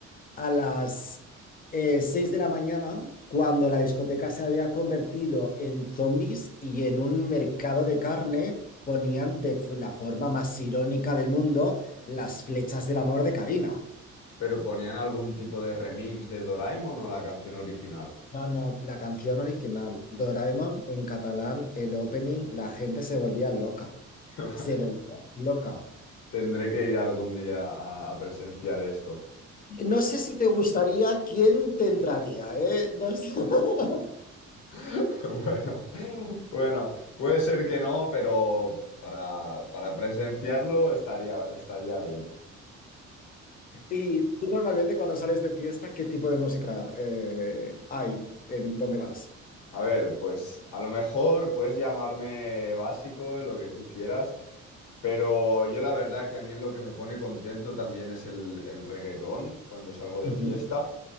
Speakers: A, on the left; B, on the left.
A: a las eh, 6 de la mañana cuando la discoteca se había convertido en zombies y en un mercado de carne ponían de fu- la forma más irónica del mundo las flechas del amor de Karina.
B: Pero ponían algún tipo de remix de Doraemon o la canción original.
A: No, no, la canción original, Doraemon en catalán, el opening, la gente se volvía loca.
B: <laughs>
A: Se volvía loca.
B: Tendré que ir algún día a, a presenciar esto.
A: No sé si te gustaría quién te entraría, ¿eh? No sé. <laughs>
B: <laughs> Bueno, bueno, puede ser que no, pero para, para presenciarlo estaría, estaría bien.
A: Y tú normalmente cuando sales de fiesta, ¿qué tipo de música eh, hay en dónde vas?
B: A ver, pues a lo mejor puedes llamarme básico, lo que tú quieras, pero yo la verdad que a mí lo que me pone contento también es el, el reggaetón cuando salgo de
A: Ujú.
B: fiesta.